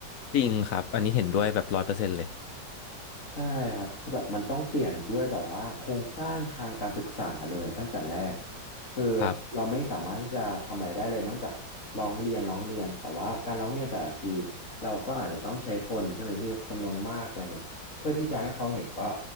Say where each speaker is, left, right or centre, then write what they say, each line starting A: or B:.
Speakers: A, on the left; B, on the left.
A: จริงครับอันนี้เห็นด้วยแบบร้อยเปอร์เซ็นต์เลย
B: ใช่ครับคือแบบมันต้องเปลี่ยนด้วยแบบว่าโครงสร้างทางการศึกษาเลยตั้งแต่แรกคือ
A: ครับ
B: เราไม่สามารถที่จะทำอะไรได้เลยนอกจากร้องเรียนร้องเรียนแต่ว่าการร้องเรียนแต่ละทีเราก็อาจจะต้องใช้คนใช่ไหมพี่จำนวนมากอะไรเงี้ยเพื่อที่จะให้เขาเห็นว่า